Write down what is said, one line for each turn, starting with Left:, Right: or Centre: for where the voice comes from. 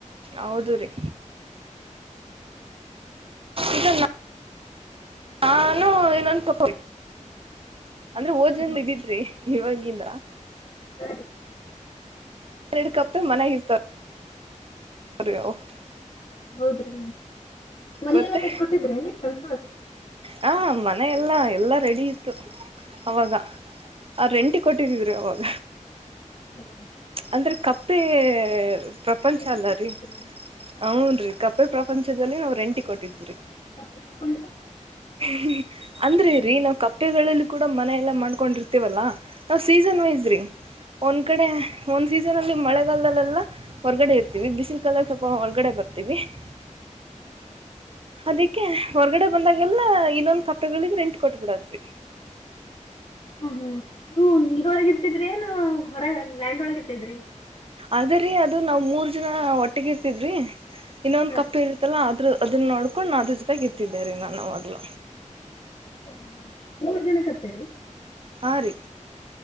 Right: ಹೌದು ರೀ. ಈಗ ನಾನು ಇನೊಂದು ತಪ ಅಂದ್ರೆ ಓಜನ್
Left: ಹಾ ರೀ
Right: ಇದಿದ್ರಿ ಇವಾಗಿಲ್
Left: ಹಾ ರೀ
Right: ಹಿಡ್ಕಪ ಮನ್ಯಾಗ ಇರುತ್ತಾವರೀ <unintelligible>
Left: ಹೌದ್ರಿ ಮನಿ
Right: ಗೊತ್ತೆ
Left: ಎಲ್ಲಾ ಕೊಟ್ಟಿದ್ರಿ ಏನ್ ಕೆಲಸದವರ
Right: ಹಾ ಮನಿ ಎಲ್ಲಾ ಎಲ್ಲಾ ರೆಡಿ ಇತ್ತು ಅವಾಗ ಆ ರೆಂಟಿಗೆ ಕೊಟ್ಟಿದ್ರರಿ ಅವಾಗ
Left: ಹಾ
Right: ಅಂದ್ರೆ ಕಪ್ಪೆ ಪ್ರಪಂಚ
Left: ಪೇಂಟಿಂಗ್
Right: ಅಲ್ಲ
Left: ಕೊಟ್ಟಿದ್ರಿ
Right: ರೀ ಹ್ನ್ ರರಿ ಕಪ್ಪೆ ಪ್ರಪಂಚದಲ್ಲಿ ನಾವ್ ರೆಂಟಿ ಕೊಟ್ಟಿದರಿ
Left: <unintelligible>
Right: ಹ್ಮ ಅಂದ್ರಿ
Left: ಹ್ಮ್
Right: ನಾವ್ ಕಪ್ಪೆಗಳಲ್ಲಿ ಕೂಡ ಮನೆ ಎಲ್ಲಾ ಮಾಡ್ಕೊಂಡಿರ್ತೀವಲ್ಲಾ ನಾವ್ ಸೀಸನ್ ವೈಸ್ ರಿ ಒಂದ ಕಡೆ ಒಂದ್ ಸೀಸನ್ ಅಲ್ಲಿ ಮಳೆಗಾಲದಲ್ಲೆಲ್ಲ ಹೊರ್ಗಡೆ ಇರ್ತೀವಿ ಬಿಸಿಲು ಕಾಲದಲ್ಲಿ ಸ್ವಲ್ಪ ಹೊರ್ಗಡೆ ಬರ್ತೀವಿ <unintelligible> ಅದಕ್ಕೆ ಹೊರ್ಗಡೆ ಬಂದಾಗೆಲ್ಲ ಇನ್ನೊಂದ್ ಕಪ್ಪೆಗಳಿಗೆ ರೆಂಟ್ ಕೊಟ್ಬಿಡದ್ರಿ
Left: ಹ್ಮ್ ಹ್ಮ್ ಇವು ನೀರೊಳಗ ಇರ್ತಿದ್ರಿ ಏ ಹೊರ ಲ್ಯಾಂಡ್ ಒಳಗ ಇರ್ತಿದ್ರಿ
Right: ಅದ್ರೀ ಅದು ನಾವ್ ಮೂರ್ ಜನ ಒಟ್ಟಿಗ ಇರ್ತಿದ್ರಿ ಇನ್ನೊಂದ
Left: ಹಾ
Right: ಕಪ್ಪೆ
Left: ರೀ
Right: ಇರುತ್ತಲ್ಲ ಆದ್ರ ಅದನ್ನ ನೋಡ್ಕೊಂಡು ನ ಅದ್ರ ಜೊತೆಗೆ ಇತ್ತಿದ್ದ ರ ನಾನು ಅವಾಗ್ಲ
Left: ಓ ಮೂರ್ ಜನ ಕಪ್ಪೇರಿ
Right: ಹಾರಿ